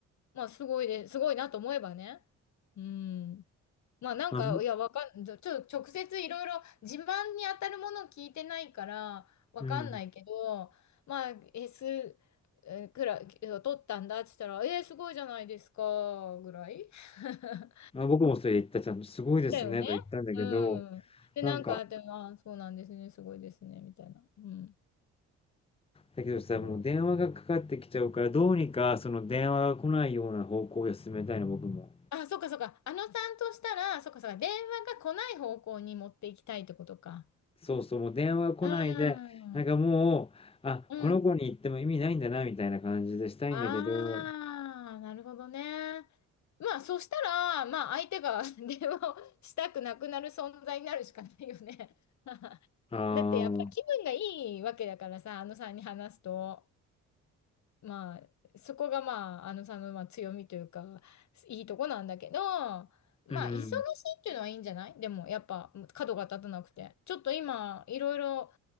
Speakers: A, on the left; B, on the left.
A: まあ、すごいで、すごいなと思えばね。うん。まあ、なんか、
B: まあ、ぼ
A: いや、わかん、ちょ、ちょ直接いろいろ自慢に当たるものを聞いてないから、わかんないけど、
B: うん。
A: まあ、S えーくらい、を取ったんだって言ったら、えー、すごいじゃないですか、ぐらい。<laughs>
B: まあ、僕もそれ言った、ちゃんとすごいですねと言ったんだけど、
A: だよね。うん。で、
B: なんか、
A: なんか、でも、あ、そうなんですね、すごいですね、みたいな。うん。
B: だけどさ、
A: だから、
B: もう電話がかかってきちゃうから、どうにかその電話が来ないような方向で進めたいの、僕も。
A: あ、そっかそっか。あのさんとしたら、そっかそっか。電話が来ない方向に持っていきたいってことか。
B: そうそう、もう電話が来ないで、
A: うん。
B: なんかもう、あ、
A: うん。
B: この子に言っても意味ないんだな、みたいな感じでしたいんだけど、
A: ああ、なるほどね。まあ、そしたら、まあ、相手が <laughs> 電話をしたくなくなる存在になるしかないよね。<laughs> だって、
B: ああ、
A: やっぱり気分がいいわけだからさ、あのさんに話すと、まあ、そこがまあ、あのさんのまあ強みというか、いいとこなんだけど、ま
B: うん。
A: あ、忙しいっていうのはいいんじゃないでも、やっぱ、角が立たなくて。ちょっと今、いろいろ、